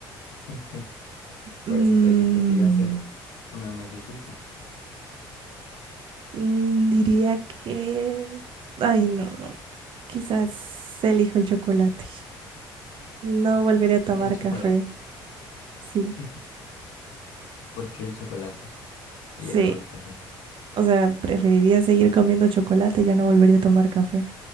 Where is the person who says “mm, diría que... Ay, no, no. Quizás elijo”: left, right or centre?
Right